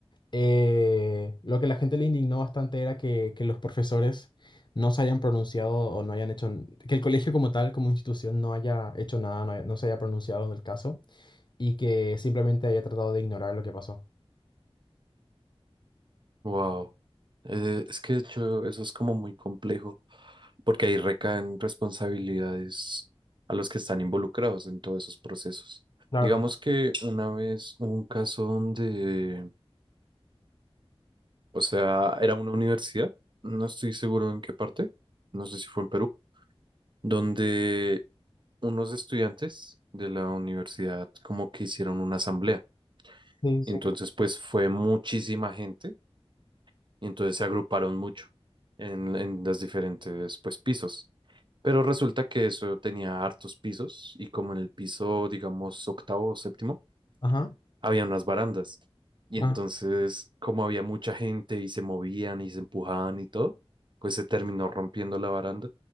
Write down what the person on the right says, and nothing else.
Wow. Eh, es que de hecho eso es como muy complejo, porque ahí recaen responsabilidades a los que están involucrados en todos esos procesos.
Digamos que una vez hubo un caso donde, o sea, era una universidad, no estoy seguro en qué parte, no sé si fue en Perú, donde unos estudiantes de la universidad como que hicieron una asamblea.
Entonces, pues fue muchísima gente y entonces se agruparon mucho en, en los diferentes pues pisos. Pero resulta que eso tenía hartos pisos y como en el piso, digamos, octavo o séptimo,
había unas barandas. Y
entonces, como había mucha gente y se movían y se empujaban y todo, pues se terminó rompiendo la baranda